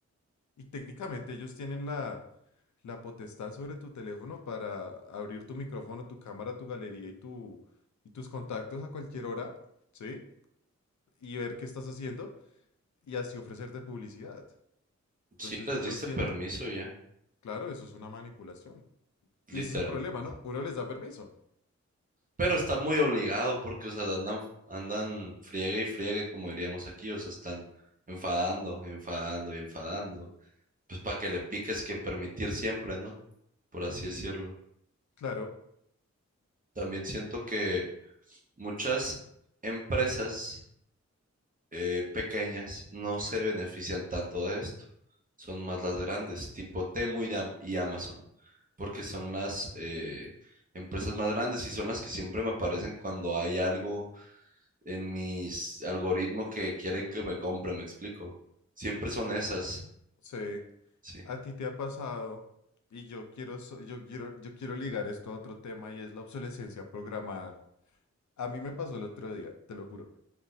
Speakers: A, on the left; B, on the right.
A: Y técnicamente ellos tienen la, la potestad sobre tu teléfono para abrir tu micrófono, tu cámara, tu galería y, tu, y tus contactos a cualquier hora, ¿sí? Y ver qué estás haciendo y así ofrecerte publicidad. Entonces,
B: sí les
A: yo
B: diste
A: siento,
B: permiso ya,
A: claro, eso es una manipulación.
B: literalmente.
A: Y ese es el problema, ¿no? Uno les da permiso.
B: pero está muy obligado porque, o sea, andan, andan friegue y friegue, como diríamos aquí, o sea, están enfadando, enfadando y enfadando. Pues para que le piques que permitir siempre, ¿no? Por así decirlo.
A: Claro,
B: También siento que muchas empresas eh, pequeñas no se benefician tanto de esto. Son más las grandes, tipo Temu y, Am- y Amazon, porque son las eh, empresas más grandes y son las que siempre me aparecen cuando hay algo en mis algoritmos que quieren que me compre, me explico. Siempre son esas,
A: sí.
B: sí.
A: A ti te ha pasado, y yo quiero, so- yo quiero, yo quiero ligar esto a otro tema y es la obsolescencia programada. A mí me pasó el otro día, te lo juro.